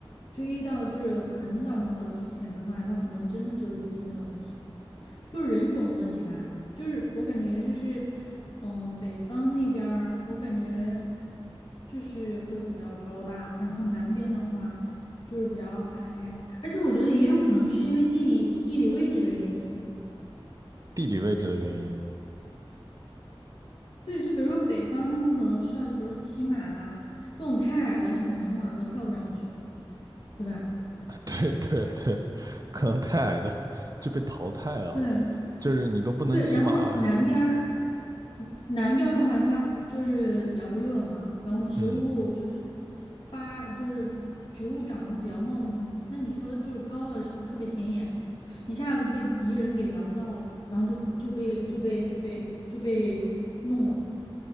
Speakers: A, on the left; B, on the right.
A: 追到就是很早很早之前的话，他可能真的就是基因的问题，就是人种的问题吧。就是我感觉就是，嗯，北方那边儿我感觉就是会比较高大，然后南边的话就是比较矮。而且我觉得也有可能是因为地理地理位置的原因。
B: 地理位置的原因？
A: 对，就比如说北方，他们可能需要，比如骑马啊，这种太矮了，你可能马都跳不上去，对吧？
B: <laughs> 对对对，可能太矮的 <laughs> 就被淘汰了，
A: 对
B: 就是你都不能骑马，
A: 对，然后南边儿南边儿的话，它就是比较热嘛，然后植物就是
B: <laughs> 嗯
A: 发，就是植物长得会比较茂密。那你说就是高了，是不是特别显眼？一下子就被敌人给瞄到了，然后就就被就被就被就被弄了。